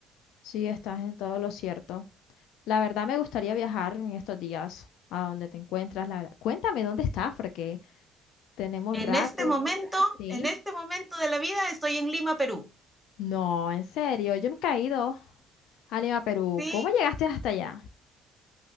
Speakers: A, on the left; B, in the centre.
A: Sí, estás en todo lo cierto. La verdad me gustaría viajar en estos días a donde te encuentras. La verdad. Cuéntame dónde estás, porque tenemos
B: En
A: rato.
B: este momento,
A: Sí.
B: en este momento de la vida estoy en Lima, Perú.
A: No, en serio, yo nunca he ido a Lima, Perú.
B: Sí,
A: ¿Cómo llegaste hasta allá?